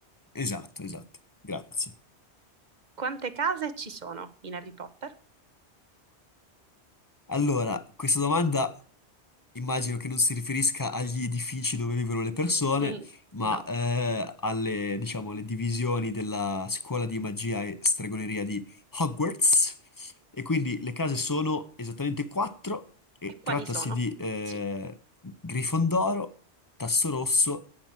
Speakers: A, on the left; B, on the right.
A: Esatto, esatto. Grazie.
B: Quante case ci sono in Harry Potter?
A: Allora, questa domanda Immagino che non si riferisca agli edifici dove vivono le persone,
B: Mm,
A: ma
B: no.
A: eh, alle, diciamo, alle divisioni della scuola di magia e stregoneria di Hogwarts. E quindi le case sono esattamente quattro, e
B: E quali
A: trattasi
B: sono?
A: di eh,
B: Sì.
A: Grifondoro, Tasso Rosso,